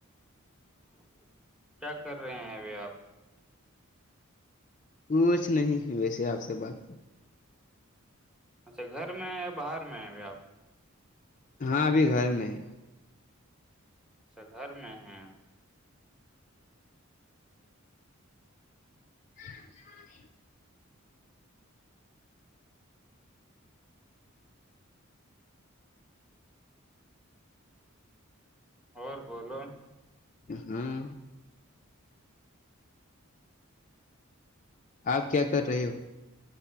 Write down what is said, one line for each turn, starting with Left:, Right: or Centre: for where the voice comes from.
Centre: <unintelligible> کیا کر رہے ہیں ابھی آپ
Left: کچھ نہیں ویسے آپ سے بات
Centre: اچھا گھر میں ہیں یا باہر میں آ بھی آپ
Left: ہاں ابھی گھر میں ہے
Centre: اچھا گھر میں ہے
Left: <inaudible>
Centre: اور بولو
Left: ہاں آپ کیا کر رہے ہو